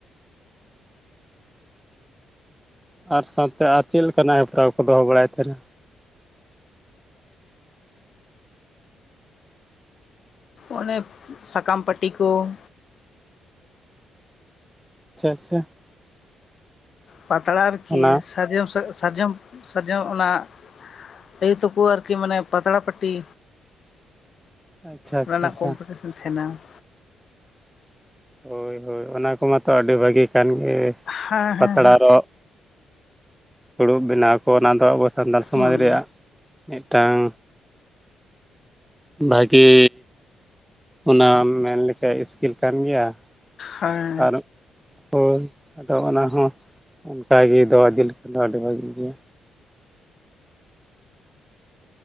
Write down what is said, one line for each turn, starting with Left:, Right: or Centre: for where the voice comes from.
Centre: ᱟᱨ ᱥᱟᱶᱛᱮ ᱟᱨ ᱪᱮᱫ ᱞᱮᱠᱟᱱᱟᱜ ᱦᱮᱯᱨᱟᱣ ᱠᱚ ᱫᱚᱦᱚ ᱵᱟᱲᱟᱭ ᱛᱟᱦᱮᱱᱟ?
Left: ᱚᱱᱮ ᱥᱟᱠᱟᱢ ᱯᱟᱹᱴᱤ ᱠᱚ ᱾
Centre: <unintelligible>
Left: ᱯᱟᱛᱲᱟ ᱟᱨᱠᱤ
Centre: ᱚᱱᱟ
Left: ᱥᱟᱨᱡᱚᱢ ᱥᱮ ᱥᱟᱨᱡᱚᱢ ᱥᱟᱨᱡᱚᱢ ᱚᱱᱟ <unintelligible> ᱟᱨᱠᱤ ᱢᱟᱱᱮ ᱯᱟᱛᱲᱟ ᱯᱟᱴᱤ,
Centre: ᱟᱪᱪᱷᱟ ᱟᱪᱪᱷᱟ
Left: ᱚᱱᱟ ᱨᱮᱱᱟᱜ
Centre: ᱟᱪᱪᱷᱟ
Left: ᱠᱚᱢᱯᱤᱴᱤᱥᱮᱱ ᱛᱟᱦᱮᱱᱟ ᱾
Centre: ᱦᱳᱭ ᱦᱳᱭ ᱚᱱᱟ ᱠᱚ ᱢᱟᱛᱚ ᱟᱹᱰᱤ ᱵᱷᱟᱹᱜᱤ ᱠᱟᱱ ᱜᱮ
Left: ᱦᱮᱸ
Centre: ᱯᱟᱛᱲᱟ
Left: ᱦᱮᱸ ᱦᱮᱸ
Centre: ᱨᱚᱜ ᱯᱷᱩᱲᱩᱵ ᱵᱮᱱᱟᱣ ᱠᱚ ᱚᱱᱟ ᱫᱚ ᱟᱵᱚ ᱥᱟᱱᱛᱟᱲ ᱥᱚᱢᱟᱡᱽ
Left: ᱦᱩᱸ
Centre: ᱨᱮᱭᱟᱜ ᱢᱤᱫᱴᱟᱝ ᱵᱷᱟᱜᱮ ᱚᱱᱟᱢ ᱢᱮᱱᱞᱮᱠᱷᱟᱡ ᱤᱥᱠᱤᱞ ᱠᱟᱱ ᱜᱮᱭᱟ,
Left: ᱦᱮᱸ
Centre: <unintelligible> ᱦᱳᱭ ᱟᱫᱚ ᱚᱱᱟ ᱦᱚᱸ ᱚᱱᱠᱟᱜᱮ ᱫᱚᱦᱚ ᱤᱫᱤ ᱞᱮᱠᱷᱟᱱ ᱫᱚ ᱟᱹᱰᱤ ᱵᱷᱟᱹᱜᱤ ᱜᱮᱭᱟ᱾